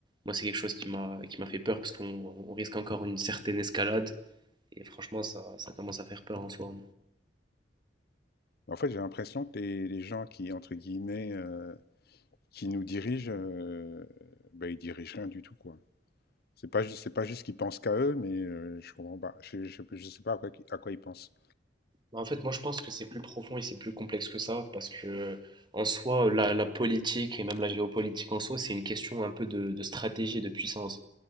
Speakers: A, on the right; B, on the left.
A: moi, c'est quelque chose qui m'a qui m'a fait peur parce qu'on on risque encore une certaine escalade. Et franchement, ça, ça commence à faire peur en soi.
B: En fait, j'ai l'impression que les les gens qui, entre guillemets, heu, qui nous dirigent, heu, bah, ils dirigent rien du tout, quoi. C'est pas juste c'est pas juste qu'ils pensent qu'à eux, mais heu, je comprends pas. Je je je sais pas à quoi qui à quoi ils pensent.
A: En fait, moi, je pense que c'est plus profond et c'est plus complexe que ça, parce que en soi, la, la politique et même la géopolitique en soi, c'est une question un peu de, de stratégie et de puissance.